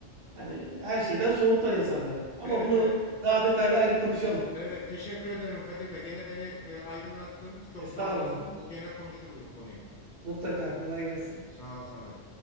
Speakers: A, on the right; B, on the left.
A: hani her şeyden soğuttular insanları. Ama
B: Evet
A: bunu
B: evet.
A: daha detaylı ayrı konuşalım.
B: Evet teşekkür ediyorum Kadir Bey. Gene beni e, aydınlattın. Çok
A: Estağfurullah.
B: sağ olasın. Bu gene konuşuruz bu konuyu.
A: Mutlaka kolay gelsin.
B: Sağ ol sana da.